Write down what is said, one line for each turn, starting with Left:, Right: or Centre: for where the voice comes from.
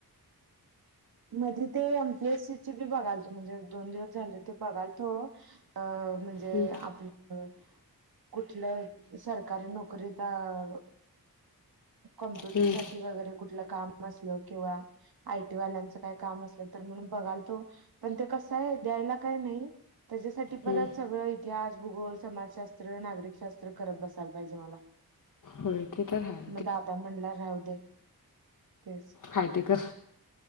Right: मधी ते एमपीएससी बी बघाल म्हणजे दोन दिवस झाले ते बघाल तो, अ म्हणजे
Left: हम्म
Right: आपलं, कुठलं सरकारी नोकरी तर, कम्प्युटर
Left: हम्म
Right: साठी वगैरे कुठलं काम, किंवा आयटी वाल्याच काय काम अस तर म्हणून बघालो पण कसय, यला काय नाही. त्याच्यासाठी परत
Left: हम्म
Right: सगळं इतिहास भूगोल समाजशास्त्र नागरिकशास्त्र करत बसायला पाहिजे मला.
Left: होय ते तर आहे.
Right: दादा म्हला राहु दे. तेच,
Left: हाय ते कर